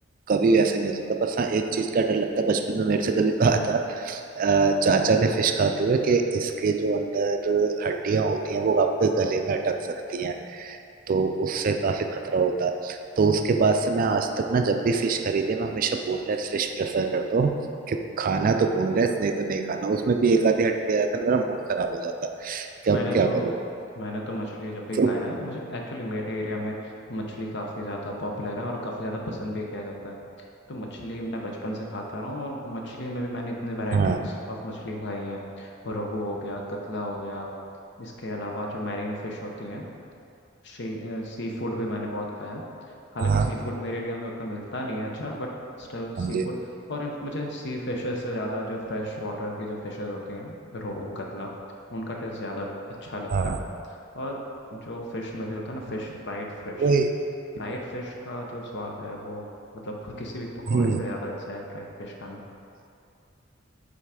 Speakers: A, on the right (about 45°); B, on the left (about 60°).
A: कभी ऐसा नहीं हो सकता बस हाँ एक चीज का डर लगता है बचपन में मेरे से कभी कहा था अ, चाचा ने फिश खाते हुए कि इसके जो अंदर हड्डियां होती हैं वो आपके गले में अटक सकती हैं तो उससे काफी खतरा होता है तो उसके बाद से मैं आज तक ना जब भी फिश खरीदे मैं हमेशा बोनलेस फिश प्रेफर करता हूँ कि खाना तो बोनलेस नहीं तो नहीं खाना उसमें भी एक आधी हड्डी आ जाता है मेरा मूड खराब हो जाता है कि
B: मैंने
A: अब क्या
B: तो
A: करूँ
B: मैंने तो मछली जब भी
A: तो
B: खाया है मुझे एक्चुअली मेरे एरिया में मछली काफ़ी ज़्यादा पॉपुलर है और काफ़ी ज़्यादा पसंद भी किया जाता है तो मछली मैं बचपन से खाता रहा हूँ और मछली में भी मैंने इतने वैरायटीज
A: हाँ
B: ऑफ मछली खाई हैं रोहू हो गया कतला हो गया इसके अलावा जो मैरीन फिश होती हैं शी सी फूड भी मैंने बहुत खाया हालांकि
A: हाँ
B: सी फूड मेरे एरिया में उतना मिलता नहीं है अच्छा बट स्टिल
A: हाँ
B: सी
A: जी
B: फूड और इन- मुझे सी फिशेस से ज़्यादा जो फ्रेश वाटर की जो फिशेस होती हैं रोहू कतला उनका टेस्ट ज़्यादा अच्छा लगता
A: हाँ
B: है और जो फिश में भी होता है ना fish fried fish
A: वही
B: fried fish का जो स्वाद है वो मतलब किसी भी पकौड़े
A: हम्म
B: से ज़्यादा अच्छा है फ्राइड फिश खाना